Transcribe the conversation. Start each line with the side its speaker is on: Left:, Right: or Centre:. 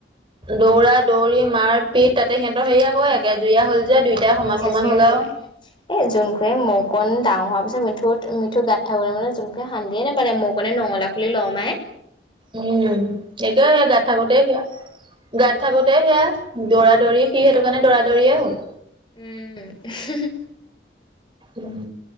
Right: দৌৰা দৌৰি মাৰ পিত তাতে সিহঁতৰ হেৰি
Left: উম
Right: আকৌ একে জুৰিয়া হল যে দুইটাই সমান
Left: এতিয়া
Right: -সমান
Left: যে
Right: হল আৰু
Left: এ যোনখোৱে মকন ডাঙৰ হোৱাৰ পিছত মিঠুত মিঠু গাত থাকোতে মানে যোন শান্তি নাপালে মৌকনে নঙলা খুলি ল'ৰমাৰে
Right: উম, একোৱে সে গাত থাকোতে সিয়া গাত থাকোতে সেয়া দৌৰা-দৌৰি সি সেইটো কাৰণে দৌৰা- দৌৰিয়ে হল
Left: উম, হুমহুম
Right: উম।